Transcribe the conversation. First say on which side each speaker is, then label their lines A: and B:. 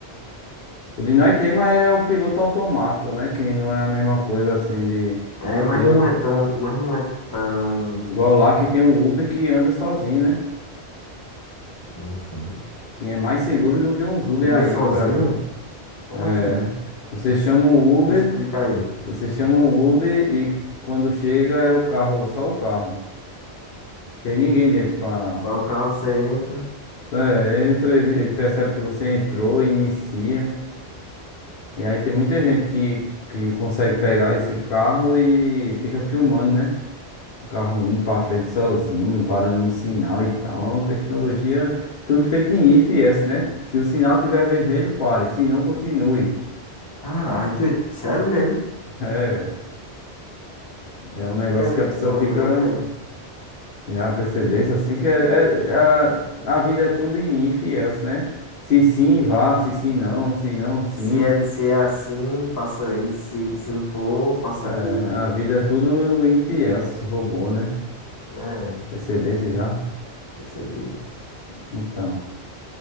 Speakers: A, on the left; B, on the left.
A: O de nós tem, mas é o piloto automático, né? Que não é a mesma coisa assim de
B: É, mas
A: piloto.
B: não é tão, mas não é tão,
A: Igual lá que tem um Uber que anda sozinho, né?
B: sim, sim.
A: E é mais seguro do que uns Uber
B: Uber
A: aí
B: sozinho?
A: do Brasil.
B: Como
A: É.
B: assim?
A: Você chama um Uber,
B: Me explica aí.
A: você chama um Uber e quando chega é o carro, só o carro. Tem ninguém dentro pra.
B: Só o carro você entra.
A: Só é, entra, ele, ele percebe que você entrou, inicia. E aí tem muita gente que, que consegue pegar esse carro e fica filmando, né? Um carro indo pra frente sozinho, parando no sinal e tal. É uma tecnologia tudo feito em IFS, né? Se o sinal tiver vermelho, pare. Se não, continue.
B: Caralho, doido, sério mesmo?
A: É, é um negócio
B: Diga aí
A: que a pessoa
B: que onda,
A: fica
B: né, velho?
A: já percebesse assim que é, é- é a, a vida é tudo em IFS, né? Se sim, vá. Se sim, não. Se não, sim.
B: Se é, se é assim, faça isso. Se, se não for, faça
A: É,
B: aquilo.
A: a vida é tudo IFS, robô, né?
B: É,
A: Percebesse já?
B: percebi.
A: Então.